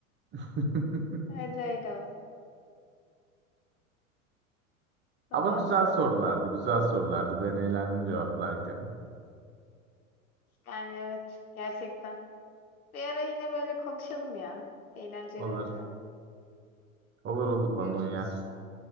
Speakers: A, on the right; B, on the left.
A: <laughs>
B: Hadi öyle olsun. Tamam
A: Ama güzel
B: o zaman.
A: sorulardı, güzel sorulardı. Ben eğlendim cevaplarken.
B: Yani evet gerçekten. Bir ara yine böyle konuşalım ya. Eğlenceli
A: Olur,
B: oluyor.
A: olur olur bana
B: Görüşürüz
A: uyar.
B: o zaman.